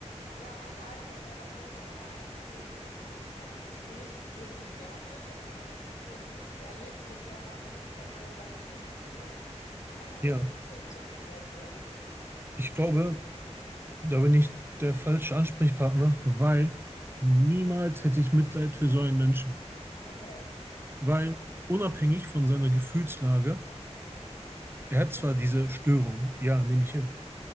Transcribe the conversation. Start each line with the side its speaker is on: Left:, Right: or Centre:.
Left: ja, man leidet da selber drunter. Er, äh, irgendwie merkt man, hat n- nicht so wirklich merklich. Also man hat das Gefühl, er lebt mit seiner Persönlichkeitsstörung ganz gut, ne? Keine Ahnung,
Right: Ja,
Left: vielleicht hast du ja Tipps oder so.
Right: ich glaube, da bin ich der falsche Ansprechpartner, weil niemals hätte ich Mitleid für so einen Menschen.
Left: Okay.
Right: Weil unabhängig von seiner Gefühlslage, er hat zwar diese Störung, ja, nehme ich hin,